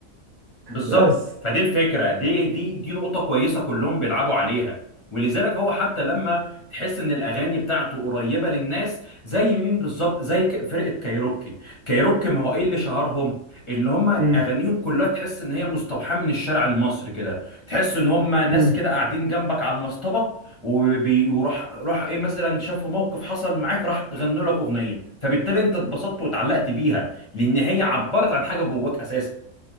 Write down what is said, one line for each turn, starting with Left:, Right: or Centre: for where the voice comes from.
Left: بالظبط
Right: بس
Left: فدي الفكره دي دي دي نقطه كويسه كلهم بيلعبوا عليها ولذلك هو حتى لما تحس ان الاغاني بتاعته قريبه للناس زي مين بالظبط زي ك- فرقه كايروكي كايروكي ما هو ايه اللي شهرهم اللي هم
Right: مم.
Left: اغانيهم كلها تحس ان هي مستوحاه من الشارع المصري كده تحس ان هم ناس
Right: مم.
Left: كده قاعدين جنبك على المصطبه وبي- وراح راح ايه مثلا شافوا موقف حصل معاك راح غنوا لك اغنيه فبالتالي انت اتبسطت واتعلقت بيها لان هي عبرت عن حاجه جواك اساسا